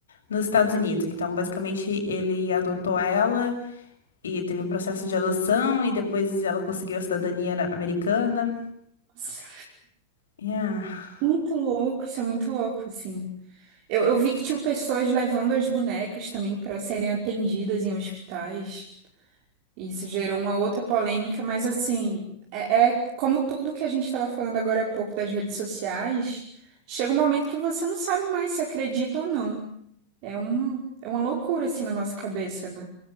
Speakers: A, on the left; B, on the right.
A: nos Estados Unidos. Então, basicamente, ele adotou ela. E teve o processo de adoção, e depois ela conseguiu a cidadania na- americana.
B: Nossa,
A: E, ah,
B: Muito louco, isso é muito louco, assim. Eu, eu vi que tinham pessoas levando as bonecas também para serem atendidas em hospitais. Isso gerou uma outra polêmica, mas assim, é, é como tudo que a gente estava falando agora há pouco das redes sociais, chega um momento que você não sabe mais se acredita ou não. É um, é uma loucura assim na nossa cabeça, né?